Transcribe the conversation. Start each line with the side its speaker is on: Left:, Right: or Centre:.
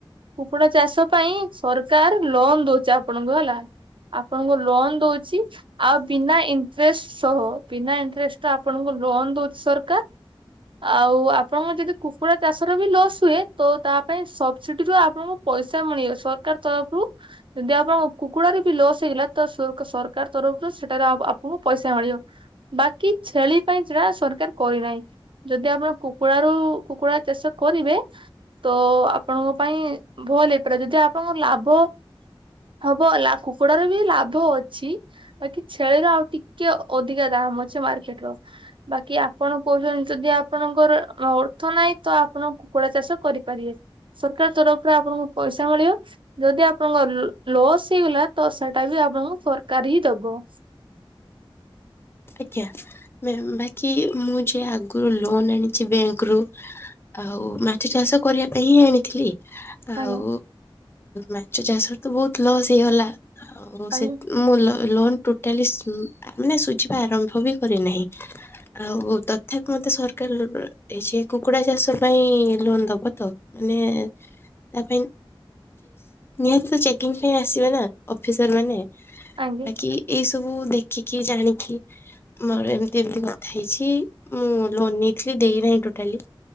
Right: କୁକୁଡା ଚାଷ ପାଇଁ ସରକାର ଲୋନ ଦଉଛି ଆପଣଙ୍କୁ ହେଲା। ଆପଣଙ୍କୁ ଲୋନ ଦୋଉଛି ଆଉ ବିନା ଇଣ୍ଟରେଷ୍ଟ ସହ। ବିନା ଇଣ୍ଟରେଷ୍ଟରେ ଆପଣଙ୍କୁ ଲୋନ ଦୋଉଛି ସରକାର। ଆଉ ଆପଣଙ୍କ ଯଦି କୁକୁଡ଼ା ଚାଷର ବି ଲସ୍ ହୁଏ ତ ତା ପାଇଁ ସବସିଡିରୁ ଆପଣଙ୍କୁ ପଇସା ମିଳିବ ସରକାର ତରଫରୁ ଯଦି ଆପଣଙ୍କ କୁକୁଡାରେ ବି ଲସ୍ ହେଇଗଲା ତ ସକ୍ ସରକାର ତରଫରୁ ସେଠାରେ ଆପ୍ ଆପଣଙ୍କୁ ପଇସା ମିଳିବ। ବାକି ଛେଳି ପାଇଁ ସେଟା ସରକାର କରିନାହିଁ। ଯଦି ଆପଣ କୁକୁଡାରୁ କୁକୁଡ଼ା ଚାଷ କରିବେ। ତ ଆପଣଙ୍କ ପାଇଁ ଭଲ ହେଇପାରେ ଯଦି ଆପଣଙ୍କର ଲାଭ ହବ ହେଲା କୁକୁଡାର ବି ଲାଭ ଅଛି। ବାକି ଛେଳିର ଆଉ ଟିକେ ଅଧିକା ଦାମ ଅଛି ମାର୍କେଟ ର। ବାକି ଆପଣ କହୁଛନ୍ତି ଯଦି ଆପଣଙ୍କର ଅର୍ଥ ନାହିଁ ତ ଆପଣ କୁକୁଡା ଚାଷ କରିପାରିବେ ସରକାର ତରଫରୁ ଆପଣଙ୍କୁ ପଇସା ମିଳିବ ଯଦି ଆପଣଙ୍କ ଲ ଲସ୍ ହେଇଗଲା ତ ସେଟା ବି ଆପଣଙ୍କୁ ସରକାର ହି ଦବ।
Left: ଆଜ୍ଞା ମ୍ୟମ ବାକି ମୁଁ ଯାହା ଆଗରୁ ଲୋନ ଆଣିଛି ବ୍ୟାଙ୍କରୁ ଆଉ ମାଛ ଚାଷ କରିବା ପାଇଁ ହିଁ ଆଣିଥିଲି। ଆଉ
Right: ଆଜ୍ଞା
Left: ମାଛ ଚାଷରେ ତ ବହୁତ ଲସ୍ ହେଇଗଲା ଆଉ
Right: ଆଜ୍ଞା
Left: ସେ ମୁଁ ଲୋ ଲୋନ ଟୋଟାଲି ସ୍ ମାନେ ସୁଝିବା ଆରମ୍ଭ ବି କରିନାହିଁ। ଆଉ ତଥାପି ମତେ ସରକାର ଏ ଯେ କୁକୁଡା ଚାଷ ପାଇଁ ଲୋନ ଦବ ତ? ମାନେ ତା ପାଇଁ ନିହାତି ଚେକିଂ ପାଇଁ ଆସିବ ନା ଅଫିସର ମାନେ।
Right: ଆଜ୍ଞା।
Left: ବାକି ଏଇ ସବୁ ଦେଖିକି ଜାଣିକି ମୋର ଏମିତି ଏମତି କଥା ହେଇଛି। ମୁଁ ଲୋନ ନେଇଥିଲି ଦେଇନାହିଁ ଟୋଟାଲି।